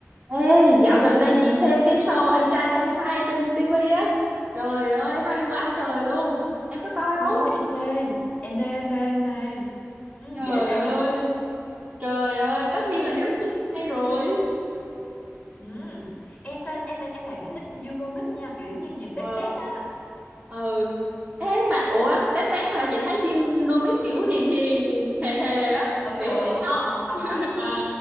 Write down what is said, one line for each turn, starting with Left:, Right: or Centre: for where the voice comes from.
Right: Ê, dạo gần đây chị xem cái show Anh trai Say Hi trên TV á. Trời ơi, hay quá trời luôn. Em có coi
Left: Thôi
Right: không?
Left: em mê em mê mê mê ừ,
Right: Trời
Left: chị thích ai
Right: ơi,
Left: nhất
Right: trời ơi, tất nhiên là Hiếu Phước hay rồi.
Left: ừ. em sao em em lại bị thích Dương Đomít nha kiểu như nhìn bét
Right: Ờ,
Left: bét á
Right: ừ. Ê mà, ủa, té té hả? Chị thấy Dương Đô Mít kiểu hiền hiền, hề hề á.
Left: khờ
Right: Kiểu
Left: khờ
Right: ít
Left: đúng
Right: nói.
Left: không không có
Right: <laughs>
Left: á.
Right: À,